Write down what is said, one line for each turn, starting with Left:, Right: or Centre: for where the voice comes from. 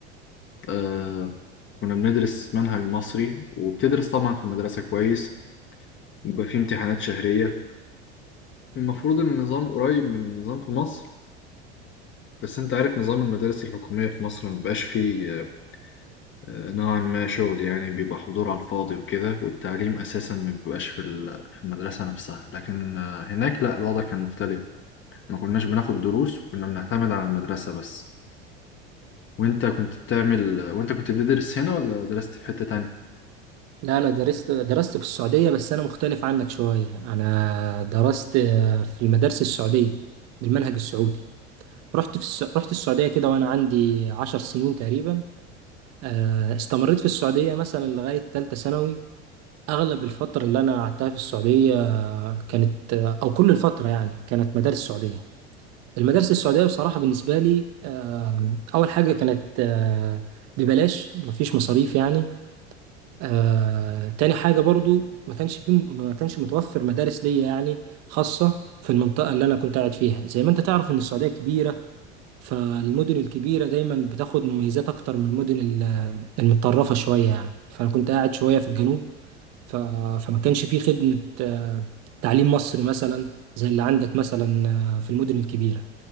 Left: آه، كنا بندرس منهج مصري وبتدرس طبعا في المدرسة كويس وبيبقى فيه امتحانات شهرية المفروض ان النظام قريب من النظام في مصر بس انت عارف نظام المدارس الحكومية في مصر مبقاش فيه آه، نوعا ما شغل يعني بيبقى حضور على الفاضي وكده والتعليم أساسا ما بيبقاش في ال- في المدرسة نفسها لكن آه، هناك لا الوضع كان مختلف ما كناش بناخد دروس وكنا بنعتمد على المدرسة بس وانت كنت بتعمل وانت كنت بتدرس هنا ولا درست في حتة تانية؟
Right: لا انا درست درست في السعوديه بس انا مختلف عنك شويه انا درست آه، في المدارس السعوديه بالمنهج السعودي رحت في الس... رحت السعوديه كده وانا عندي عشر سنين تقريبا آه، استمريت في السعودية مثلا لغاية تالتة ثانوي أغلب الفترة اللي أنا قعدتها في السعودية آه، كانت آه، أو كل الفترة يعني كانت مدارس سعودية المدارس السعودية بصراحة بالنسبة لي آه، أول حاجة كانت آه، ببلاش مفيش مصاريف يعني آه، تاني حاجة برضو ما كانش في ما كانش متوفر مدارس ليا يعني خاصة في المنطقة اللي أنا كنت قاعد فيها زي ما أنت تعرف إن السعودية كبيرة فالمدن الكبيرة دايما بتاخد مميزات أكتر من المدن المتطرفة شوية يعني فأنا كنت قاعد شوية في الجنوب ف... فما كانش فيه خدمة آه، تعليم مصري مثلا زي اللي عندك مثلا آه، في المدن الكبيرة